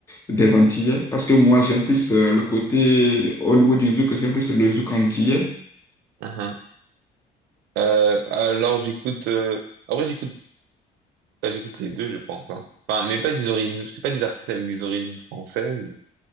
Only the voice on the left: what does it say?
des Antillais? Parce que moi, j'aime plus euh, le côté, au niveau du zouk, j'aime plus le zouk antillais.